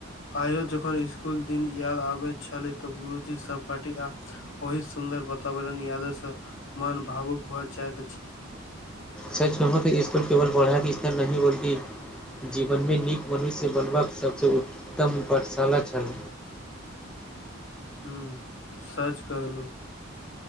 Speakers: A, on the left; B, in the centre.
A: आइयो जखन स्कूलक दिन याद अबैत छै तऽ गुरुजी सभक बाति आ। ओहि सुन्दर वातावरणक यादि मन भावुक भऽ जाइत अछि।
B: स्कूलमे तऽ केवल पढ़ाइ नहि, स्नेह आ अपनापन सेहो भेटैत छल। जीवनमे नीक मनुष्य बनबाक सभसँ उत्तम पाठशाला छल।
A: हँ, सच कहलहुँ।